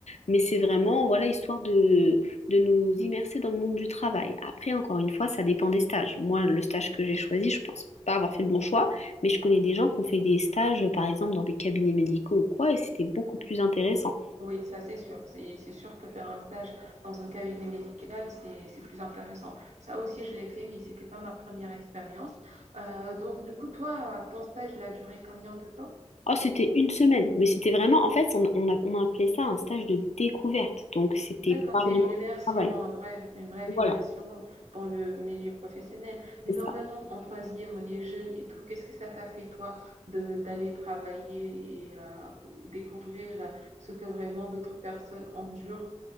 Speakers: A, on the left; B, on the right.
A: Mais c'est vraiment, voilà, histoire de nous immerser dans le monde du travail. Après, encore une fois, ça dépend des stages. Moi, le stage que j'ai choisi, je pense pas avoir fait le bon choix, mais je connais des gens qui ont fait des stages, euh, par exemple, dans des cabinets médicaux ou quoi, et c'était beaucoup plus intéressant.
B: Oui, ça c'est sûr. C'est c'est sûr que faire un stage dans un cabinet médical, c'est c'est plus intéressant. Ça aussi, je l'ai fait, mais c'était pas ma première expérience. Euh, donc, du coup, toi, ton stage, il a duré combien de temps?
A: Oh, c'était une semaine, mais c'était vraiment, en fait, on, on a- on appelait ça un stage de découverte, donc c'était
B: D'accord,
A: pas
B: c'est
A: vraiment du
B: une immersion,
A: travail.
B: bref, une brève immersion
A: Voilà,
B: dans le milieu professionnel. Mais
A: c'est
B: normalement,
A: ça.
B: en troisième, on est jeune et tout. Qu'est-ce que ça t'a fait, toi, de d'aller travailler et euh, découvrir ce que vraiment d'autres personnes endurent?